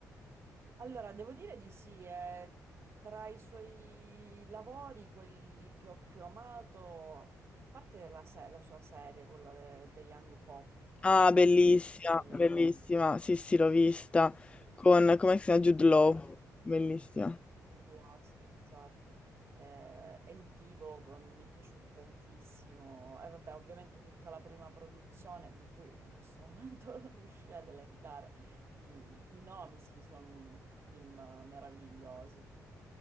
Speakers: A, on the right; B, on the left.
A: Allora, devo dire di sì, è tra i suoi lavori, quelli che ho più amato, a parte la, se- la sua serie, quella de- The Young Pop,
B: Ah, bellissima,
A: non so se l'hai
B: bellissima.
A: vista.
B: Sì, sì, l'ho vista. Con, come si chiama? Jude Law.
A: Eh,
B: Bellissima.
A: Jude Law, sì, esatto. Eh, e il Divo mm, mi è piaciuto tantissimo. E vabbè, ovviamente tutta la prima produzione, di cui in questo momento <laughs> non riuscirei ad elencare i, i nomi, sì, sono film meravigliosi.